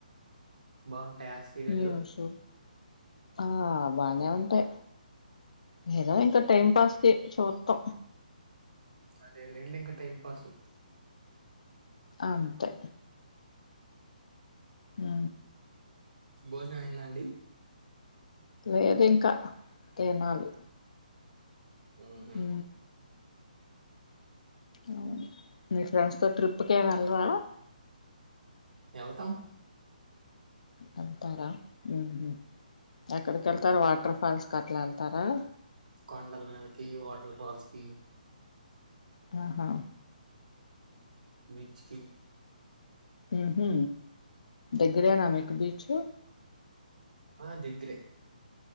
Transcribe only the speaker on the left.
న్యూస్ ఆ బానే ఉంటాయి ఏద ఇంక టైం పాస్కి చూద్దాం
అంతే ఉ
లేదు ఇంకా తినాలి
హు అవును మీ ఫ్రెండ్స్ తో ట్రిప్ కేమ్ వెళ్ళరా
వెళ్తారా ఉహు ఎక్కడికి వెళ్తారు వాట్ వాటర్ ఫాల్స్ అట్లా వెళ్తారా
ఆహా
ఉహు దగ్గరేన మీకు బీచు